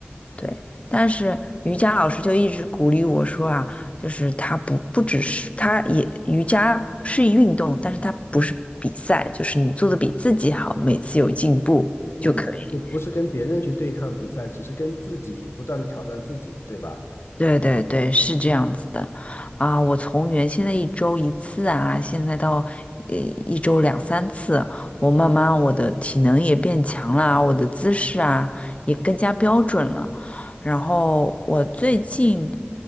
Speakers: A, on the left (about 30°); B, on the left (about 90°).
A: 对。但是瑜伽老师就一直鼓励我说啊，就是它不不只是它也瑜伽是一运动，但是它不是比赛，就是你做的比自己好，每次有进步。
B: 嗯，
A: 就可以。
B: 就不是跟别人去对抗比赛，只是跟自己不断的挑战自己，对吧？
A: 对对对，是这样子的，啊，我从原先的一周一次啊，现在到呃一周两三次，我慢慢我的体能也变强了啊，我的姿势啊也更加标准了，然后我最近